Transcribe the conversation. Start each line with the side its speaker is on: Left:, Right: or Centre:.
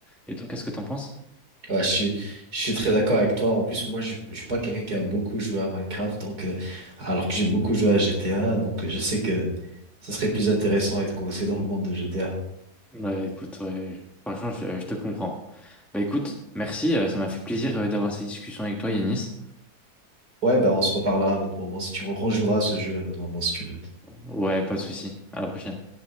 Centre: Et toi, qu'est-ce que t'en penses?
Right: Ouais, je suis, je suis très d'accord avec toi. En plus, moi, je, je suis pas quelqu'un qui a beaucoup joué à Minecraft, donc euh, alors que j'ai beaucoup joué à GTA, donc euh, je sais que ça serait plus intéressant d'être coincé dans le monde de GTA.
Centre: Ouais, écoute, ouais, je- franchement, je, je te comprends. Bah écoute, merci, euh, ça m'a fait plaisir euh, d'avoir cette discussion avec toi, Yanis.
Right: Ouais, ben on se reparlera à un autre moment si tu rejoueras à ce jeu à un autre moment si tu veux.
Centre: Ouais, pas de souci. À la prochaine.